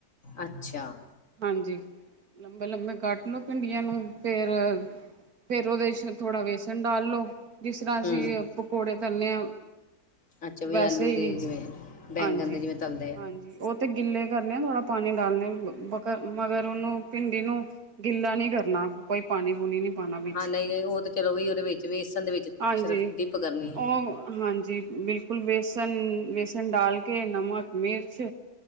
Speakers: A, on the left; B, on the right.
A: ਅੱਛਾ
B: ਹਾਂਜੀ। ਲੰਬੇ- ਲੰਬੇ ਕੱਟ ਲੋੋ ਭਿੰਡੀਆਂ ਨੂੰ। ਫੇਰ-ਫੇਰ ਉਹਦੇ ਚ ਥੋੜ੍ਹਾ ਵੇਸਣ ਡਾਲ ਲੋ, ਜਿਸ ਰ੍ਹਾਂ ਅਸੀਂ
A: ਹੂੰ,
B: ਪਕੋੜੇ ਤਲਨੇ ਆਂ,
A: ਅੱਛਾ ਵੀ
B: ਵੈਸੇ
A: ਆਲੂ ਦੇ
B: ਈ,
A: ਜਿਵੇਂ ਬੈਂਗਣ
B: ਹਾਂਜੀ-ਹਾਂਜੀ।
A: ਦੇ ਜਿਵੇਂ ਤਲਦੇ ਆ।
B: ਉਹ ਤੇ ਗਿੱਲੇ ਕਰਨੇ ਆਂ ਥੋੜਾ ਪਾਣੀ ਡਾਲਨੇ ਬਕਰ ਮਗਰ ਉਹਨੂੰ ਪਿੰਡ ਨੂੰ ਗਿੱਲਾ ਨੀ ਕਰਨਾ ਕੋਈ ਪਾਣੀ ਪੂਣੀ ਨੀ ਪਾਣਾ ਵਿੱਚ।
A: ਹਾਂ ਨਹੀਂ-ਨਹੀਂ ਉਹ ਤਾਂ ਚਲੋ ਵੀ ਉਹਦੇ ਵਿੱਚ ਵੇਸਣ ਦੇ ਵਿੱਚ
B: ਹਾਂਜੀ।
A: ਸਿਰਫ ਡਿਪ ਕਰਨੀ
B: ਉਹ
A: ਐ।
B: ਹਾਂਜੀ। ਬਿਲਕੁਲ ਬੇਸਣ ਬੇਸਣ ਡਾਲ ਕੇ ਨਮਕ ਮਿਰਚ